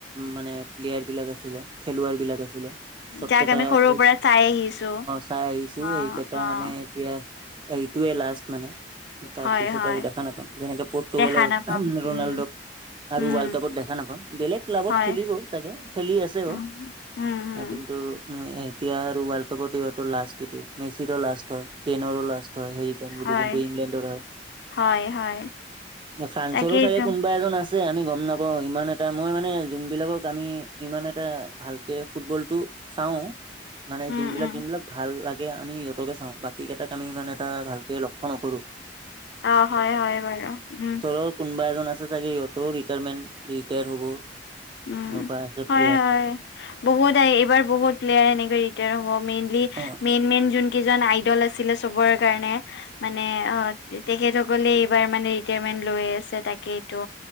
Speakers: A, on the right; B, on the left.
A: মানে প্লেয়াৰ বিলাক আছিলে। খেলুৱৈৰ বিলাক আছিলে চব
B: যাক
A: কেইটা
B: আমি সৰুৰ
A: এই
B: পৰা চাই আহিছো
A: চাই আহিছো
B: অ',
A: এইকেইটা
B: অ',
A: মানে এতিয়া এইটো লাষ্ট মানে তাৰ
B: হয়,
A: পিছত
B: হয়।
A: আৰু দেখা নাপাম যেনেকে প পৰ্তুগালক
B: দেখা নাপাম
A: ৰোনাল্ডো
B: উম
A: আৰু
B: উম
A: ৱৰ্ল্ড কাপত দেখা নাপাম বেলেগ ক্লাবত
B: হয়
A: খেলিব চাগে খেলি আছেও
B: উম
A: কিন্ত
B: উম উম
A: টো উএতিয়া আৰু ৱৰ্ল্ড কাপত ইহতৰ লাষ্ট এইটো মেচিৰো লাষ্ট হয়। কেনৰো লাষ্ট হয় হেৰি কেন বুলি
B: হয়
A: যোনটো ইংলেণ্ডৰ হয়।
B: হয় হয়।
A: ফ্ৰান্সৰো
B: তাকেইতো
A: চাগে কোনোবা এজন আছে আছে আমি গম নাপাও ইমান এটা মই মানে যোনবিলাক আমি ইমান এটা ভালকে ফুটবল টো, চাও মানে
B: উম
A: যোনবিলাক
B: উম
A: যোনবিলাক ভাল লাগে আমি সিহতকে চাওঁ বাকী কেইটাক আমি মানে এটা ভালকে লক্ষ্য নকৰো।
B: অ হয় হয় বাৰু উম,
A: ৰ কোবা এজন আছে চাগে সিহতৰো ৰিটাইমেট ৰিটায়াৰ হ'ব।
B: উম
A: এনেকুৱা আছে
B: হয়
A: প্লেয়াৰ
B: হয় বহুত আহে এইবাৰ বহুত খেলুৱৈ আহিছে। হ মেইনলি
A: অ
B: মেইন মেইন যোন কেইজন আইডল আছিলে চবৰ কাৰণে, মানে অ তেখেতসকলে এইবাৰ মানে ৰিটায়াৰমেন্ট লৈ আছে তাকেই, টো